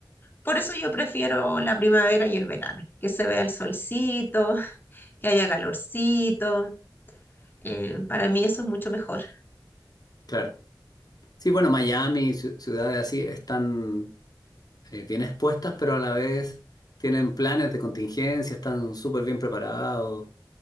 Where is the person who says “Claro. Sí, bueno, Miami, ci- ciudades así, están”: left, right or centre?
Left